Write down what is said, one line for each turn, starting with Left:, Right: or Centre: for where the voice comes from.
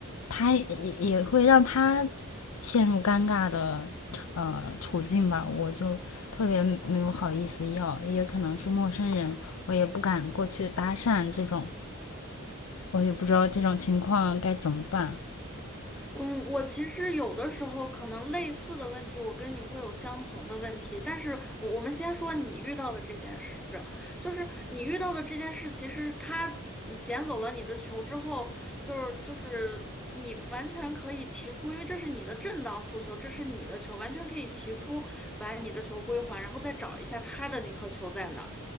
Left: 他也也会让他陷入尴尬的呃处境吧，我就特别没有好意思要，也可能是陌生人，我也不敢过去搭讪这种，我也不知道这种情况该怎么办。
Centre: 嗯，我其实有的时候可能类似的问题，我跟你会有相同的问题，但是我我们先说你遇到的这件事，就是你遇到的这件事，其实他嗯捡走了你的球之后，就是就是你完全可以提出，因为这是你的正当诉求，这是你的球，完全可以提出把你的球归还，然后再找一下他的那颗球在哪儿。